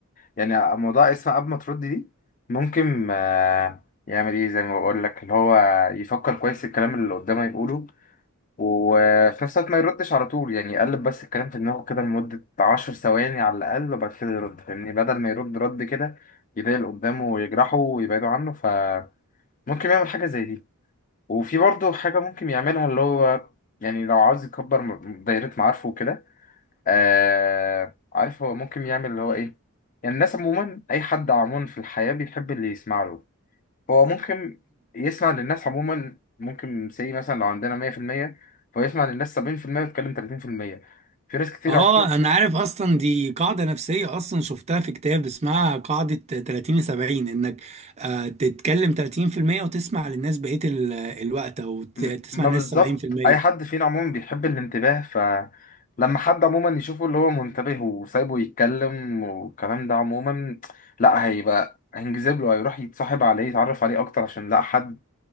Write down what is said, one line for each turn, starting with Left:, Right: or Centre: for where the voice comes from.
Left: يعني موضوع اسمه قبل ما ترد دي ممكن آه، يعمل ايه زي ما بقول لك اللي هو يفكر كويس الكلام اللي قدامه يقوله وفي نفس الوقت ما يردش على طول يعني يقلب بس الكلام في دماغه كده لمدة عشر ثواني على الأقل وبعد كده يرد فاهمني بدل ما يرد رد كده يضايق اللي قدامه ويجرحه ويبعده عنه فممكن يعمل حاجة زي دي وفي برضه حاجة ممكن يعملها اللي هو يعني لو عاوز يكبر م- دايرة معارفه وكده آه عارف هو ممكن يعمل اللي هو إيه يعني الناس عموما أي حد عموما في الحياة بيحب اللي يسمع له هو ممكن يسمع للناس عموما ممكن سي مثلا لو عندنا 100% فهو يسمع للناس 70% ويتكلم 30% في المية. في ناس كتير
Right: اه
Left: عموما
Right: انا عارف اصلا دي قاعده نفسيه اصلا شفتها في كتاب اسمها قاعده 30 70 انك آه تتكلم 30% وتسمع للناس بقيه ال- الوقت او ت-
Left: م-
Right: تسمع
Left: ما
Right: للناس
Left: بالظبط
Right: 70%
Left: أي حد فينا عموما بيحب الانتباه فلما حد عموما يشوفه اللي هو منتبه وسايبه يتكلم والكلام ده عموما لا هيبقى هينجذب له هيروح يتصاحب عليه يتعرف عليه أكتر عشان لا حد